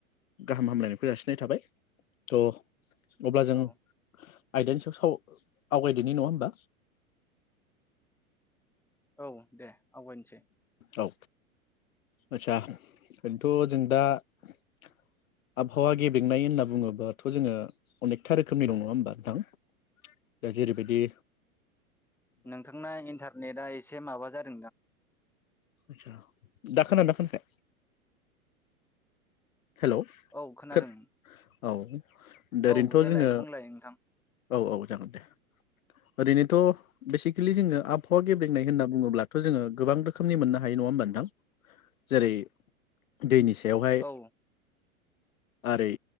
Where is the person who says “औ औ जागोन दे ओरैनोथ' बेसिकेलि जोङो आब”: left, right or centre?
Left